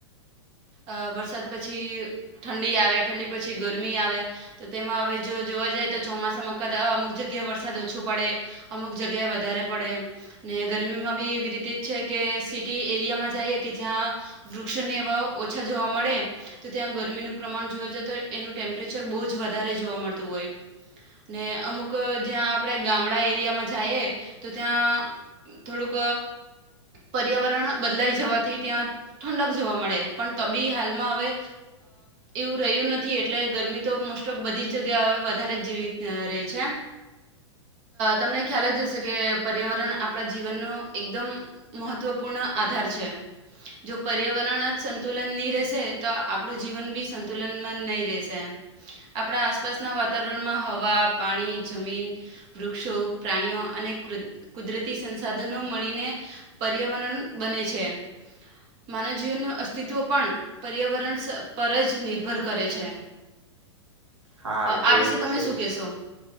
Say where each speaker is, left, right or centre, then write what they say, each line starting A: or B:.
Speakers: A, on the right; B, on the right.
A: અ વરસાદ પછી ઠંડી આવે ઠંડી પછી ગરમી આવે તો તેમાં હવે જો જોવા જાય તો ચોમાસામાં કદ અમુક જગ્યાએ વરસાદ ઓછો પડે અમુક જગ્યા વધારે પડે ને ગરમીમાં બી એવી રીતે જ છે કે સીટી એરિયામાં જઈએ કે જ્યાં વૃક્ષોની હવા ઓછા જોવા મળે તો ત્યાં ગરમીનું પ્રમાણ જોવા જઈએ તો એનું ટેમ્પરેચર બહુ જ વધારે જોવા મળતું હોય ને અમુક જ્યાં આપણે ગામડા એરિયામાં જાઈએ તો ત્યાં થોડુંક પર્યાવરણ બદલાઈ જવાથી ત્યાં ઠંડક જોવા મળે પણ તબી હાલમાં હવે એવું રહ્યું નથી એટલે ગરમી તો મોસ્ટ ઓફ બધી જ જગ્યા હવે વધારે જ જેવી રહી છે તમને ખ્યાલ જ હશે કે પર્યાવરણ આપણા જીવનનો એકદમ મહત્વપૂર્ણ આધાર છે જો પર્યાવરણ જ સંતુલન નહીં રહેશે તો આપણું જીવન બી સંતુલનમાં નહીં રહેશે આપણા આસપાસના વાતાવરણમાં હવા પાણી જમીન વૃક્ષો પ્રાણીઓ અને કુદરતી સંસાધનો મળીને પર્યાવરણ બને છે માનવ જીવનનું અસ્તિત્વ પણ પર્યાવરણ પર જ નિર્ભર કરે છે.
B: હા એ તો
A: આ વિશે
B: એજ
A: તમે
B: છે
A: શું
B: જ
A: કહેશો?